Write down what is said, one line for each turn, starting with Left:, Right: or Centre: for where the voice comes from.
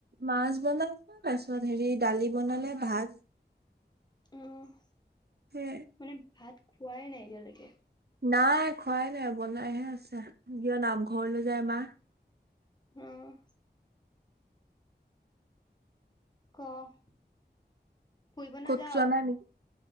Right: মাছ বনাইছোঁ, তাৰপিছত হেৰি ডালি বনালে, ভাত।
Left: অ'
Right: সে
Left: মানে ভাত খোৱাই নাই এতিয়ালৈকে?
Right: নাই খোৱাই নাই, বনাইহে আছে, কিয় নামঘৰলৈ যায় মা।
Left: অ'। ক'? ফুৰিব নাযাৱ?
Right: ক'তো যোৱা নাই নেকি?